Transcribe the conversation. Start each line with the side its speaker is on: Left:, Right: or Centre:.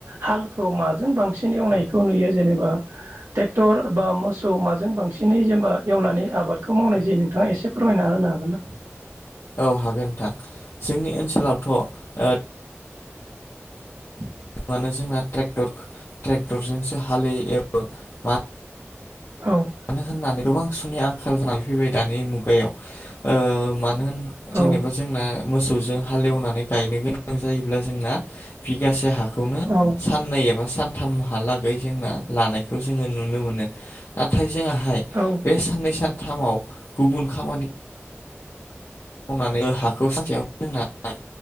Right: हालखौ माजों बांसिन एवनायखौ नुयो जेनेबा टेक्टर बा मोसौ माजों बांसिनै जेनबा एवनानै आबादखौ मावनाय जायो नोंथाङा एसे फोरमायना होन ना हागोन ना?
Left: औ हागोन ओनथां जोंनि ओनसोलावथ' उह
Right: <unintelligible>
Left: मानो जोंना ट्रेक्टरखो ट्रेक्टरजोंसो हालेयो बो मा
Right: औ
Left: मानो होननानै गोबां सुमनि आंखाल जानानै फैबाय दानि मुगायाव ओ मानो होन जेनोबा
Right: औ
Left: जोंना मोसौजों हालेवनानै गायनो गोनां जायोब्ला जोंना बिगासे हा खौनो
Right: औ
Left: साननै एबा सान थाम हालागै जोंना लानायखौ जोङो नुनो मोनो नाथाय जोंङाहाय
Right: औ
Left: बे साननै सानथामाव गुबुन खामानि मावनानै ओ हाखौ सानसेयावनो दोननानै